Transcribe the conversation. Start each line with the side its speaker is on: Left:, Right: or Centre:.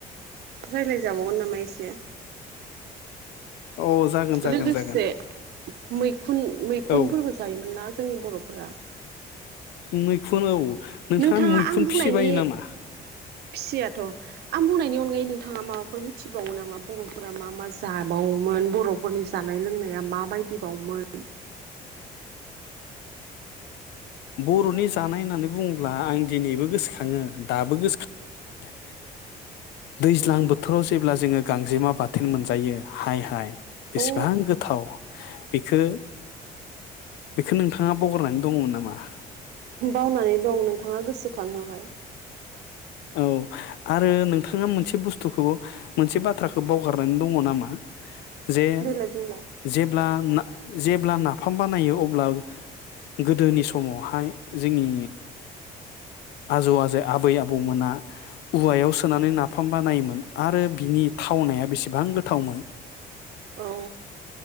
Right: रायज्लाय जाबावगोन नामा एसे
Left: अ जागोन जागोन
Right: लोगोसे
Left: जागोन
Right: मैखुन मैखुनफोरबो
Left: औ
Right: जायोमोन ना जोंनि बर'फोरा
Left: मैखुन औ
Right: नोंथाङा
Left: मैखुन
Right: आं बुंनायनि
Left: फिसिबायो नामा
Right: फिसियाथ' आं बुंनायनि अन नगायै नोंथाङा माबाफोर मिथिबावो नामा बर'फोरा मा मा जाबावोमोन बर'फोरनि जानाय लोंनाया मा बायदि बावमोन।
Left: बर'नि जानाय होननानै बुङोब्ला आं दिनैबो गोसोखाङो दाबो गोसो खाङो दैज्लां बोथोराव जेब्ला जोङो गांजेमा बाथोन मोनजायो हाय हाय बेसेबां
Right: अ
Left: गो थाव बेखो बेखौ नोंथाङा बावगारनानै दङमोन नामा? मा
Right: बावनानै दं नोंथाङा गोसोखांहोबाय।
Left: औ आरो नोंथाङा मोनसे बुस्थुखौबो मोनसे बाथ्राखौ बावगारनानै दङ नामा। जे
Right: देलाय बुंलाय
Left: जेब्ला ना जेब्ला नाफाम बानायो अब्ला गोदोनि समावहाय जोंनि आजौ आजै आबै आबौ आबौमोना औवायाव सोनानै नाफाम बा नायोमोन आरो बिनि थावनाया बेसेबां गोथावमोन।
Right: औ